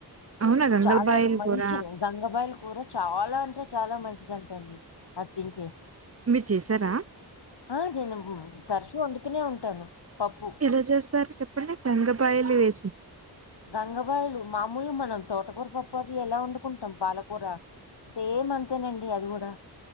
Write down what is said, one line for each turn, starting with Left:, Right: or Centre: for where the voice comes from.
Right: అవునా గంగలబాయిలు
Left: చాలా మంచిది
Right: కూర
Left: దన్. గంగబైల్ కూరా చాలా అంటే చాలా మంచిదటండి అది తింటే.
Right: మీరు చేసారా
Left: ఆ నేను తరచూ వండుతూనే ఉంటాను పప్పు.
Right: ఎలా చేస్తారు చెప్పండి గంగపాయలు వేసి.
Left: గంగబైయిలు మామూలుగా మనం తోటకూర పప్పది ఎలా వండుకుంటాం పాలకూర. సేమ్ అంతేనండి అది గుడా.